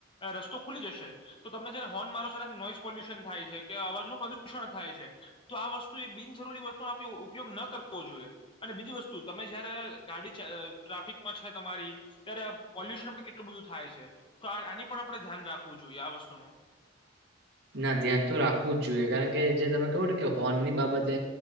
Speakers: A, on the left (about 25°); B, on the right (about 55°).
A: રસ્તો ખુલી જશે તો તમને જયારે હોર્ન મારો છો એનાથી નોઈઝ પોલ્યુશન થાય છે કે અવાજનું પ્રદુષણ થાય છે તો આ વસ્તુ એ બિનજરૂરી વસ્તુ ઉ ઉપયોગ ન કર. વો જોઈએ અને બીજી વસ્તુ તમે જયારે ગાડી ટ્રાફિકમાં છે તમારી ત્યારે પોલ્યુશન પણ કેટલું બધું થાય છે તો આ આની પણ આપણે ધ્યાન રાખવું જોઈએ આ વસ્તુનું.
B: ના ધ્યાન તો રાખવું જ જોઈએ કારણ કે જે તમે કહો ને કે હોર્નની બાબતે